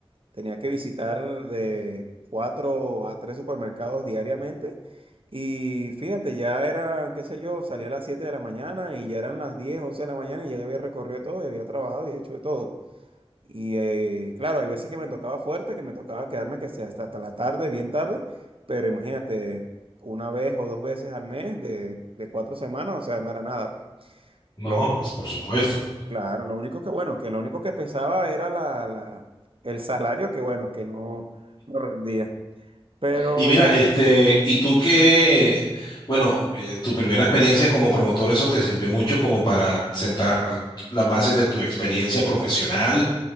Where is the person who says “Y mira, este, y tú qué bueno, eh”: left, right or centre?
Left